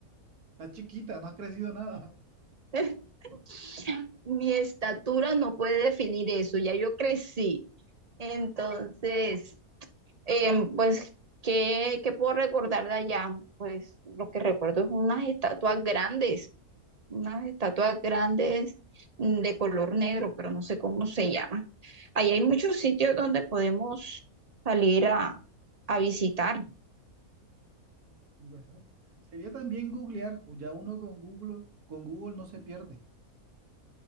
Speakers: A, on the right (about 80°); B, on the right (about 40°).
A: estás chiquita, no has crecido nada.
B: <laughs> Mi estatura no puede definir eso, ya yo crecí. Entonces, em, pues, ¿qué, qué puedo recordar de allá? Pues lo que recuerdo es unas estatuas grandes. unas estatuas grandes mm, de color negro, pero no sé cómo se llaman. Ahí hay muchos sitios donde podemos salir a, a visitar.
A: Bueno, sería también googlear, o ya uno con Google, con Google no se pierde.